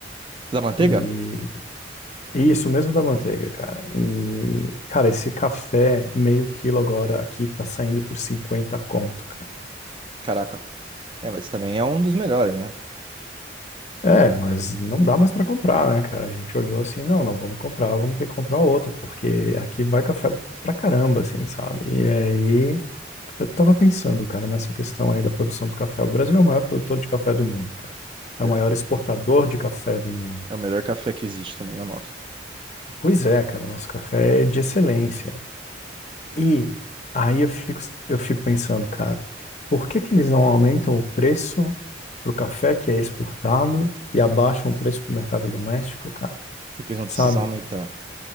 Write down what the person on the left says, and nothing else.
E, e isso mesmo da manteiga, cara. E, cara, esse café meio quilo agora aqui tá saindo por 50 conto.
É, mas não dá mais para comprar, né, cara? A gente olhou assim, não, não vamos comprar, vamos ter que comprar outro, porque aqui vai café pra caramba, assim, sabe? E aí, eu tava pensando, cara, nessa questão aí da produção do café. O Brasil é o maior produtor de café do mundo, cara. É
o maior exportador de café do mundo.
Pois é, cara, o nosso café é de excelência. E aí eu fico, eu fico pensando, cara, por que que eles não aumentam o preço pro café que é exportado e abaixam o preço pro mercado doméstico, cara?
Sabe?